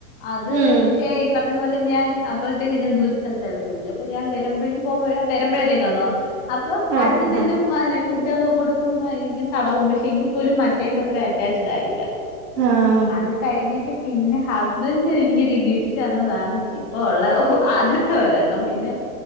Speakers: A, on the left; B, on the right.
A: അത്
B: ഉം
A: പക്ഷെ ഈ പറഞ്ഞ ഞാൻ അപ്പോഴത്തേക്ക്ഞാൻ ദൂര സ്ഥലത്തായിരുന്നു ജോലി അപ്പ ഞാൻ വരുമ്പോഴും പോകുമ്പോഴും വരുമ്പഴേല്ലെ കാണുവാ അപ്പൊ
B: ആഹ്
A: അടുത്തു ചെല്ലും
B: ആഹ്
A: <unintelligible> ഫുഡൊക്കെ കൊടുക്കും <unintelligible> തടവും പക്ഷെ എങ്കിൽ പോലും മറ്റേന്റെ അത്രയും അറ്റാച്ചഡ് ആയില്ല
B: ആഹ്
A: അത് കഴിഞ്ഞിട്ട് പിന്നെ ഹസ്ബന്റ് എനിക്കൊരു ഗിഫ്റ്റ് തന്നതാണ് ഇപ്പോ ഉള്ള ആദ്യത്തെ ഒരെണ്ണം പിന്നെ